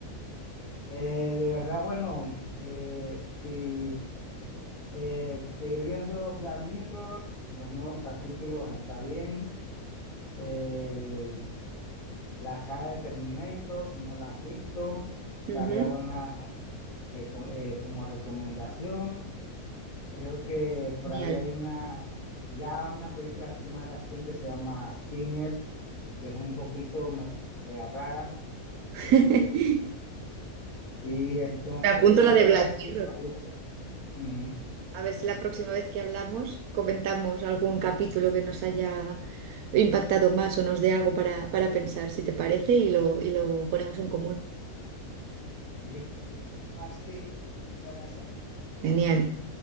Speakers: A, on the left (about 70°); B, on the right (about 80°).
A: Eh, de verdad, bueno, eh, si eh, seguir viendo Black Mirror, los nuevos capítulos está bien. El La saga de Terminator, si no la has visto, estaría
B: Ujú,
A: buena reco- eh, como recomendación. Creo que por
B: Genial.
A: ahí hay una, ya una película así más de acción que se llama Sinners, que es un poquito me- media rara.
B: <laughs>
A: eh, y entonces
B: Me apunto
A: es
B: la de
A: de
B: Black
A: vampiros
B: Mirror.
A: y eso. Ujú.
B: A ver si la próxima vez que hablamos comentamos algún capítulo que nos haya impactado más o nos dé algo para, para pensar, si te parece, y lo, y lo ponemos en común.
A: Listo, quedamos así. Muchas gracias.
B: Genial.